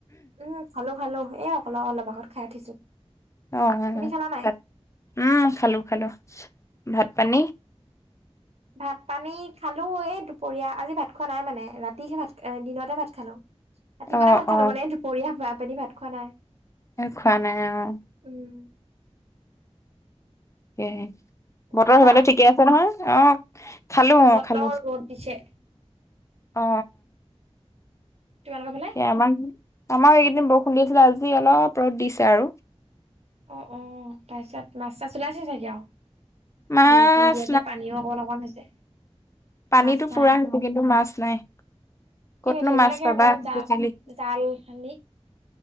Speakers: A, on the right; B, on the left.
A: উম খালো খালো, এ অকল অলপ আগত খাই উঠিছো,
B: অ
A: তুমি খালা নাই?
B: ভাত উম খালো খালো ভাত পানী।
A: ভাত - পানী খালো এই দুপৰীয়া আজি ভাত খোৱা নাই মানে ৰাতিহে ভাত এ দিনতে ভাত খালো। ৰাতিপুৱাতে
B: অ
A: ভাত খালো
B: অ
A: মানে দুপৰীয়া পা পানী ভাত খোৱা নাই।
B: এই খোৱা নাই আৰু।
A: উম।
B: কেহে বতৰৰ
A: খালা
B: সেইফালে ঠিকে আছে নহয়, অহ খালো অ
A: বতৰ
B: খালো।
A: ৰ'দ দিছে
B: অ।
A: তোমালোকৰ ফালে?
B: এ আমাক, আমাক এইকেইদিন বৰষুণ দি আছিলে আজি অলপ ৰ'দ দিছে আৰু।
A: অ অ তাৰপিছত মাছ - চাছ ওলাইছে চাগে আৰু?
B: মাছ
A: বৰষুণ দি আছে, পানীও অকমান অকমান হৈছে।
B: পানীটো
A: মাছ নাই
B: পুৰা হৈছে কিন্তু মাছ নাই,
A: এনে
B: কতনো
A: ধৰিব
B: মাছ
A: লাগে
B: পাবা
A: আকৌ জাল
B: বুজিলি।
A: জাল খানি